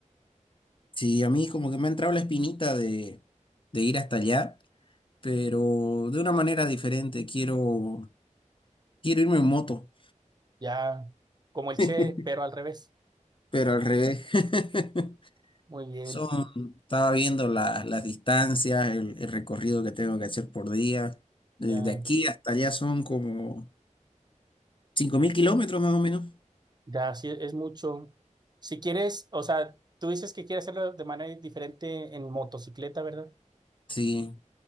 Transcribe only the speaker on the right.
Ya, como el
Che, pero al revés.
Muy bien,
ya,
ya, sí, es mucho. Si quieres, o sea, tú dices que quieres hacerlo de manera diferente en motocicleta, ¿verdad?